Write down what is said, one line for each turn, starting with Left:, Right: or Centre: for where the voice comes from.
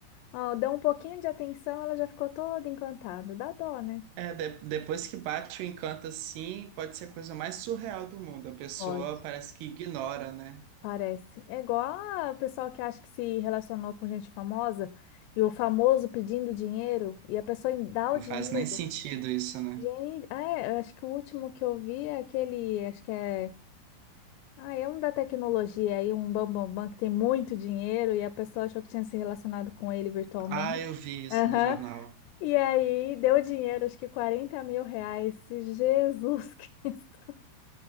Left: Ó, deu um pouquinho de atenção, ela já ficou toda encantada. Dá dó, né?
Right: É, de- depois que bate o encanto assim, pode ser a coisa mais surreal do mundo. A pessoa
Left: Pode.
Right: parece que ignora, né?
Left: Parece. É igual a- o pessoal que acha que se relacionou com gente famosa e o famoso pedindo dinheiro e a pessoa em- dá
Right: Não
Left: o dinheiro.
Right: faz nem sentido isso, né?
Left: Gente, ah, é, eu acho que o último que eu vi é aquele, acho que é. Ah, é um da tecnologia aí, um bambambam que tem muito dinheiro e a pessoa achou que tinha se relacionado com ele virtualmente.
Right: Ah, eu vi isso
Left: Aham.
Right: no jornal.
Left: E aí deu dinheiro, acho que quarenta mil reais. Jesus <laughs> Cristo.